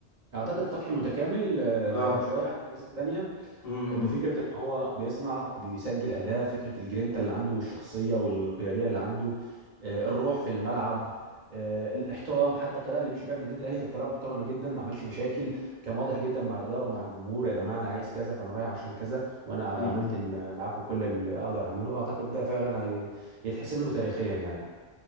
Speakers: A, on the right; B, on the left.
A: اعتقد فتحي متكامل آه،
B: اه
A: شويه عن الناس التانيه
B: م-
A: بفكره
B: م-
A: ان هو بيصنع بيسجل اهداف فكره الجرينتا اللي عنده والشخصيه والقياديه اللي عنده آه، الروح في الملعب آه، الاحترام حتى الطريقه اللي مشي بيها من النادي الاهلي كانت طريقه محترمه جدا ما عملش مشاكل كان واضح جدا مع الاداره ومع الجمهور يا جماعه انا عايز كذا فانا رايح عشان كذا وانا
B: م-
A: عملت ال- معاكم كل اللي اقدر اعمله واعتقد ده فعلا هي- يتحسب له تاريخيا يعني